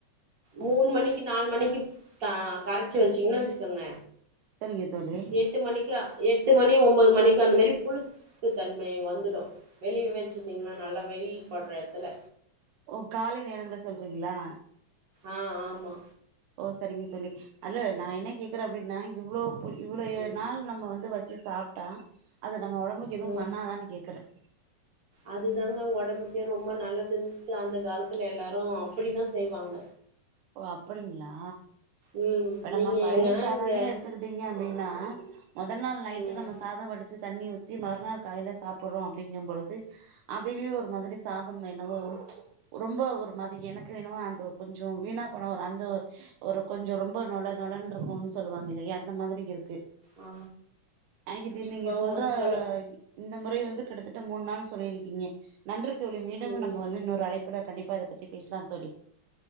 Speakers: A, on the right (about 40°); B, on the right (about 75°).
A: மூணு மணிக்கி நாலு மணிக்கி தா கரம் அரச்சி வச்சிங்கன் வச்சுக்கோங்க
B: சரிங்க தோழி
A: எட்டு மணிக்கு எட்டு மணி ஒன்பது மணிக்கு <unintelligible> புளிச் உந்துதன்மை வந்துடும் வெளிய வச்சிருந்தீங்கன்னா நல்லா வெயில்பட்ற எடத்துல
B: ஓ காலை நேரங்கள சொல்றீங்களா
A: ஆஹ் ஆமா
B: ஓ சரிங்க தோழி அல்ல நா என்ன கேக்குறேன் அப்டின்னா இவ்ளோ இவ்வளய
A: ம்
B: நாள் நம்ம வந்து வச் ச்சிசாப்ட்ட அத நம்ம உடம்புக்கு எதும்
A: ம்
B: பண்ணாதான்னு கேக்குறன்
A: அதுதாங்க உடம்புக்கே ரொம்ப நல்லதுன்ட்டு அந்த காலத்துல எல்லாரு அப்புடிதான் செய்வாங்க
B: ஓ அப்படிங்களா
A: ம்
B: இப்ப நம்ம
A: நீங்க
B: பழைய
A: எங்கன்னா
B: சாதமே
A: இங்க
B: எடுத்துக்கிட்டீங்க அப்டின்னா மொதநாள் நைட்டு
A: ம்
B: நம்ம சாதம் வடிச்சி தண்ணி ஊத்தி மறுநாள் காலைல சாப்புட்றோம் அப்படிங்கும்பொழுது அப்டேவே ஒரு மாதிரி சாதம் என்னவோ ரொம்ப ஒரு மாதிரி எனக்குஎன்னவோ அந்தகொஞ்சம் வீணா போன ஒரு அந்த ஒரு கொஞ்சம் ரொம்ப நொல நொலன்னுருக்கும்னு சொல்லுவாங்க இல்லயா அந்த மாதிரி இருக்கு
A: ஆ
B: ஐகிதிர்
A: இப்ப
B: நீங்க சொல்ற
A: ஒண்ணு சொல்ல
B: இந்தமுறை வந்து கிட்டத்தட்ட மூணு நாள் சொல்லிருக்கீங்க நன்றி தோழி மீண்டும்
A: ம்
B: நம்ம வந்து இன்னொரு அழைப்புல கண்டிப்பா இத பத்தி பேசலாம் தோழி